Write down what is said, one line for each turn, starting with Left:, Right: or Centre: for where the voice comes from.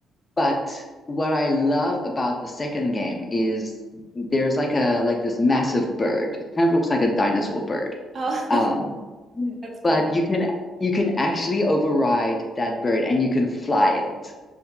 Left: but what I love about the second game is there's like a like this massive bird. It kind of looks like a dinosaur bird.
Right: Oh,
Left: Um, Yeah.
Right: <laughs> that's cool.
Left: but you can you can actually override that bird and you can fly it.